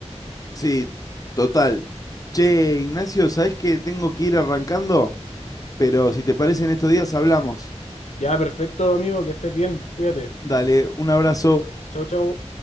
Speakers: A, on the left (about 30°); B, on the left (about 75°).
A: Sí, total. Che, Ignacio, ¿sabés que tengo que ir arrancando? Pero si te parece en estos días hablamos.
B: Ya, perfecto, amigo, que estés bien, cuídate.
A: Dale, un abrazo.
B: Chau, chau.